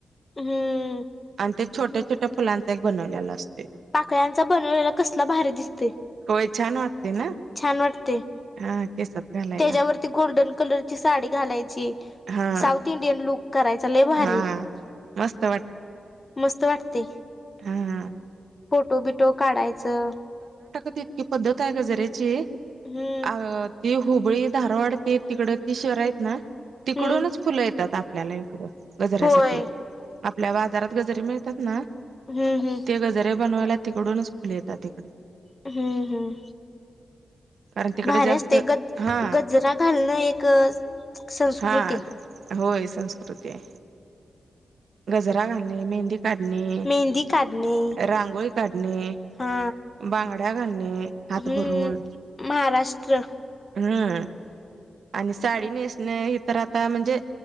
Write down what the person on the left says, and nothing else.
हम्म!
पाकळ्यांचा बनवलेला कसला भारी दिसतोय.
छान वाटतय,
त्याच्यावरती गोल्डन कलरची साडी घालायची
साऊथ इंडियन लुक करायचा लयभारी
मस्त वाटतय
फोटो बिटो काढायचं
हम्म.
हम्म
होय
हम्म हम्म
हम्म, हम्म.
भारी
असतय ग,
गजरा घालणं एक संस्कृती
मेहंदी काढणे
हा
हम्म
महाराष्ट्र